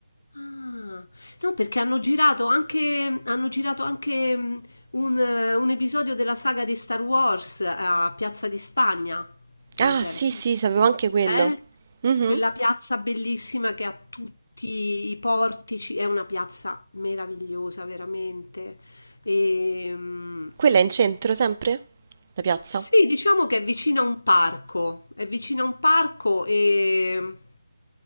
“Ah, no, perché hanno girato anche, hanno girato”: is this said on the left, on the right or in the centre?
Left